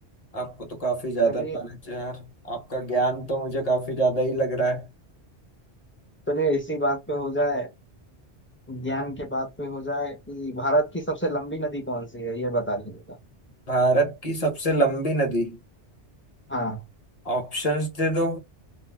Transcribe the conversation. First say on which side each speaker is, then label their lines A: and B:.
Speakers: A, on the left (about 35°); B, on the left (about 15°).
A: आपको तो काफी ज्यादा
B: चलिए
A: नॉलेज है यार आपका ज्ञान तो मुझे काफी ज्यादा ही लग रहा है
B: चलिए इसी बात पे हो जाए ज्ञान के बात पे हो जाए कि भारत की सबसे लंबी नदी कौन सी है ये बता दीजिएगा
A: भारत की सबसे लंबी नदी
B: हाँ
A: ऑप्शंस दे दो